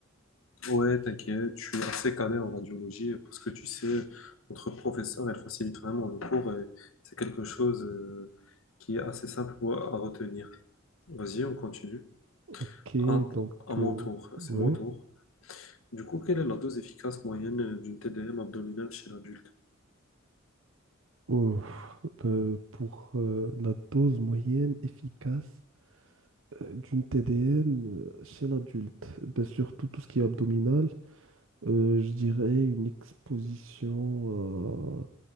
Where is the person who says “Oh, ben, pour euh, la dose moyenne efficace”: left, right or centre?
Right